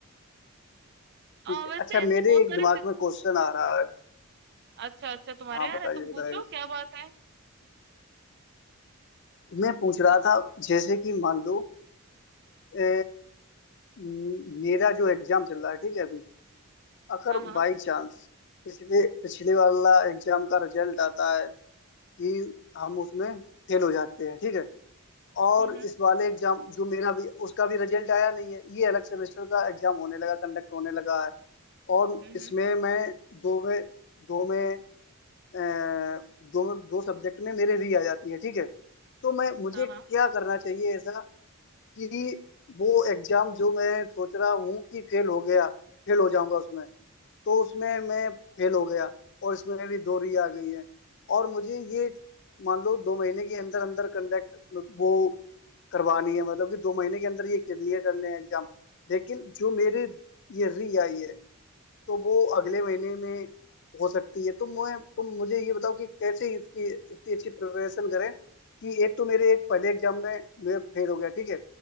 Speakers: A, on the right; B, on the left.
A: आ,
B: ठीक है
A: वैसे
B: अच्छा
A: ऐसे
B: मेरे
A: बहुत
B: एक
A: सारे
B: दिमाग
A: सिच-
B: में क्वेश्चन आ रहा है
A: अच्छा अच्छा तुम्हारे
B: हाँ
A: यार
B: बताइए
A: है तुम
B: बताइए
A: पूछो क्या बात है
B: मैं पूछ रहा था जैसे कि मान लो अ, म- मेरा जो एग्जाम चल रहा है ठीक है अभी अगर
A: हाँ हाँ
B: बाई चांस पिछले पिछले वाला एग्जाम का रिजल्ट आता है कि हम उसमें फेल हो जाते हैं ठीक है और
A: हम्म
B: इस वाले एग्जाम जो मेरा भी उसका भी रिजल्ट आया नहीं है ये अलग सेमेस्टर का एग्जाम होने लगा कंडक्ट होने लगा है और
A: हम्म हम्म
B: इसमें
A: हम्म,
B: मैं दो में दो में अ, दो दो सब्जेक्ट में मेरे री आ जाती है ठीक है तो मैं मुझे
A: हाँ हाँ
B: क्या करना चाहिए ऐसा कि वो एग्जाम जो मैं सोच रहा हूँ कि फेल हो गया फेल हो जाऊंगा उसमें तो उसमें मैं फेल हो गया और इसमें भी दो री आ गई है और मुझे ये मान लो दो महीने के अंदर अंदर कंडक्ट वो करवानी है मतलब कि दो महीने के अंदर ये क्लियर करने हैं एग्जाम लेकिन जो मेरे ये री आई है तो वो अगले महीने में हो सकती है तो मैं तुम मुझे ये बताओ कि कैसे इसकी इतनी अच्छी प्रिपरेशन करें कि एक तो मेरे एक पहले एग्जाम में मैं फेल हो गया ठीक है